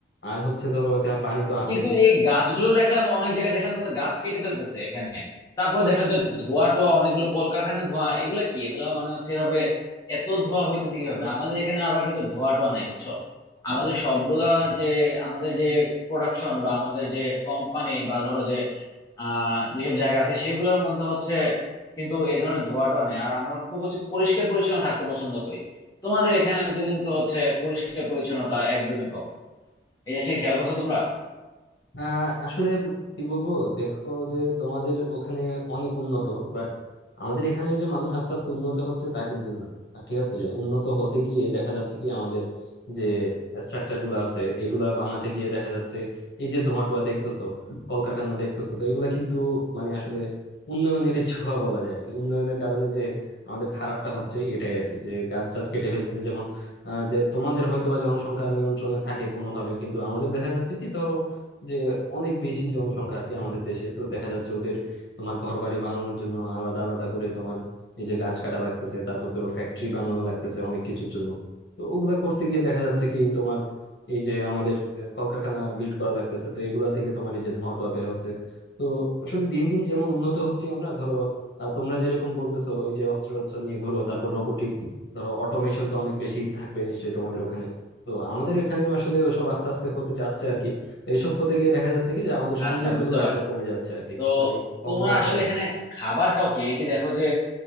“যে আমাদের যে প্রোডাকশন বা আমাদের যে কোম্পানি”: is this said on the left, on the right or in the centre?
Left